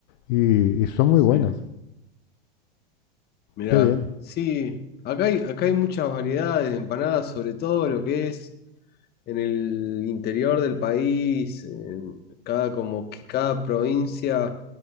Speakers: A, on the left; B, on the left.
A: y, y son muy
B: Sí,
A: buenas.
B: mirá.
A: Qué bien,
B: Sí, acá hay, acá hay muchas variedades de empanadas, sobre todo lo que es en el interior del país, en cada, como que cada provincia,